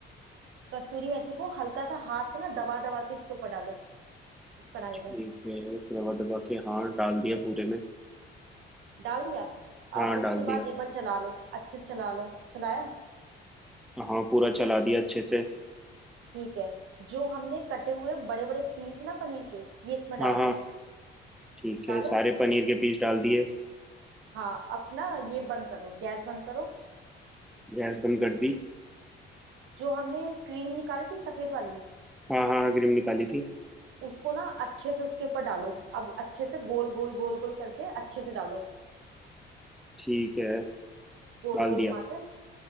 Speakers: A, on the right; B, in the centre.
A: कसूरी मेथी को हल्का सा हाथ से ना दबा दबा के इसके ऊपर डालो इस कढ़ाई
B: ठीक
A: में
B: है दबा दबा के हाँ डाल दिया पूरे में
A: डाल दिया
B: हाँ
A: अब उसके
B: डाल दिया
A: बाद एक बार चला लो अच्छे से चला लो चलाया
B: हाँ पूरा चला दिया अच्छे से
A: ठीक है जो हमने कटे हुए बड़े बड़े पीस ना पनीर के ये इसमें डाल
B: हाँ हाँ
A: दो
B: ठीक है
A: डाले
B: सारे पनीर के पीस डाल दिए
A: हाँ अपना ये बंद कर दो गैस बंद करो
B: गैस बंद कर दी
A: जो हमने क्रीम निकाली थी सफेद वाली
B: हाँ हाँ क्रीम निकाली थी
A: उसको ना अच्छे से उसके ऊपर डालो अब अच्छे से गोल गोल गोल गोल करके अच्छे से डालो
B: ठीक है
A: गोल
B: डाल
A: गोल
B: दिया
A: घुमा के